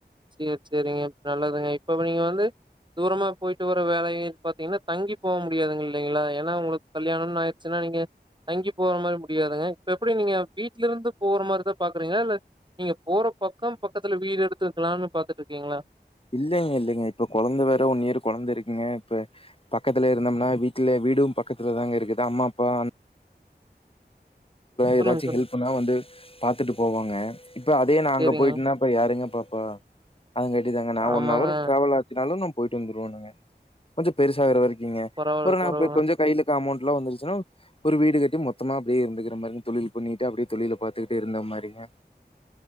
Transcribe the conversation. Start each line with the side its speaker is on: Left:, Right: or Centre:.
Right: சேரி சுரிங்க நல்லதுங்க இப்ப நீங்க வந்து தூரமா போயிட்டு வற வேல பாத்தீங்கன்னா தங்கி போக முடியாதுங்க இல்லிங்களா ஏன்னா உங்களுக்கு கல்யாணம்னு ஆயிடுச்சுன்னா நீங்க தங்கி போற மாரி முடியாதுங்க இப்ப எப்டி நீங்க வீட்ல இருந்து போற மாரிதா பாக்குறீங்களா இல்ல நீங்க போற பக்கம் பக்கத்துல வீடு எடுத்து கலான்னு பாத்துட்டு இருக்கீங்களா
Left: இல்லிங்க இல்லிங்க இப்ப கெழந்த வேற ஒன்னியர் கெழந்த இருக்குங்க இப்ப பக்கத்துல இருந்தோம்னா வீட்ல வீடும் பக்கத்துலதாங்க இருக்குது அம்மா அப்பா
Right: சொல்லுங்க,
Left: ஏதாச்சு
Right: சொல்லுங்க.
Left: ஹெல்புன்னா வந்து பாத்துட்டு போவாங்க இப்போ அதே நா அங்க
Right: சரிங்க.
Left: போயிட்டன்னா அப்ப யாருங்க பாப்பா அதுங்க காட்டிதாங்க நா
Right: ஆமாங்க.
Left: ஒன் அவர் டிராவல் ஆச்சினாலு நா போயிட்டு வந்துருவனுங்க கொஞ்ச பெருசாகுற வரைக்கு ங்க
Right: பரவால்ல,
Left: அப்புறம் நா
Right: பரவால்ல.
Left: கொஞ்சம் கையில இருக்க அமௌண்ட் நல்லா வந்துருச்சுன்னா ஒரு வீடு கட்டி மொத்தமா அப்படியே இருந்து மாரி தொழில் பண்ணிட்டு அப்படியே தொழில பாாரத்துக்கிட்டு இருந்த மாரிங்க